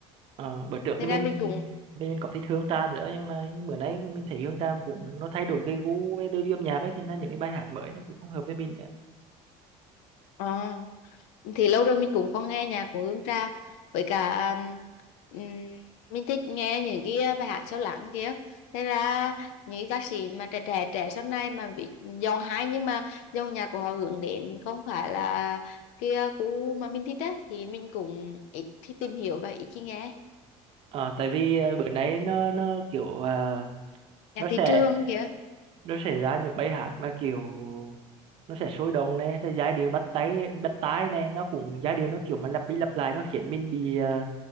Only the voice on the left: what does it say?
Thế
ra
mình cũng
ờ, thì lâu rồi mình cũng không nghe nhạc của Hương Trang. Với cả um, mình thích nghe những cái ờ, bài hát sâu lắng kia. Thế ra những cái ca sĩ mà trẻ trẻ trẻ sau này mà bị giọng hay nhưng mà dòng nhạc của họ hướng đến không phải là kia cũ mà mình thích á thì mình cũng ít khi tìm hiểu và ít khi nghe.
Nhạc
thị
trường kia.